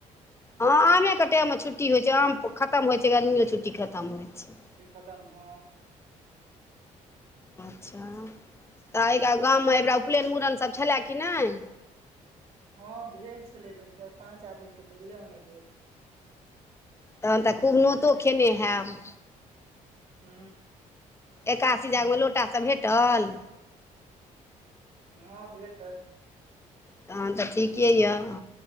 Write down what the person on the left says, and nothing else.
हँ आमेके टाईममे छुट्टी होइ छै आम खत्म होइ छै गर्मियो छुट्टी खत्म होइ छै
अच्छा तऽ एहिा गाममे एहिबरा उपनयन मुड़नसभ छलए कि नहि
तहन तऽ खूब नोतो खेने हैब
एकासी जाग मे लोटा सभ भेटल
तहन तऽ ठीके यऽ